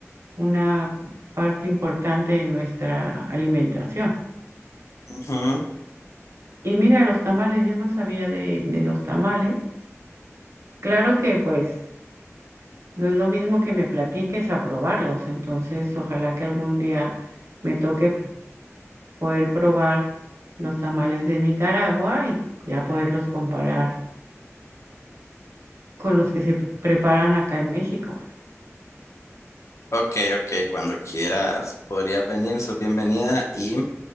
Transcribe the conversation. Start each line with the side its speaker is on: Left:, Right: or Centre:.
Right: una parte importante de nuestra alimentación.
Left: Ujú.
Right: Y mira, los tamales, yo no sabía de, de los tamales. Claro que pues no es lo mismo que me platiques a probarlos, entonces ojalá que algún día me toque poder probar los tamales de Nicaragua y ya poderlos comparar con los que se pre- preparan acá en México.
Left: Ok, ok, cuando quieras podrías venir, sos bienvenida y